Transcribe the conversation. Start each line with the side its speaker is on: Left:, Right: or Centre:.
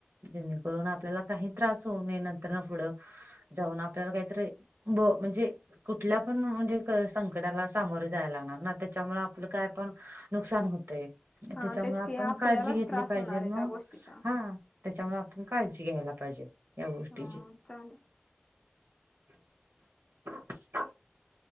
Right: जेणेकरून आपल्याला काही त्रास होऊ नये, नंतर न पुढं जाऊन आपण आपल्याला काहीतरी भो म्हणजे कुठल्या पण म्हणजे संकटाला सामोरे जायला लागणार ना, त्याच्यामुळे आपलं काय पण नुकसान होते
Left: हा
Right: त्याच्यामुळ
Left: तेच
Right: आपण
Left: की आपल्यालाच
Right: काळजी घेतली
Left: त्रास
Right: पाहिजे
Left: होणार
Right: मग
Left: आहे त्या गोष्टीचा
Right: हा त्याच्यामुळे आपण काळजी घ्यायला पाहिजे. या गोष्टीची
Left: हा चाल.
Right: <inaudible>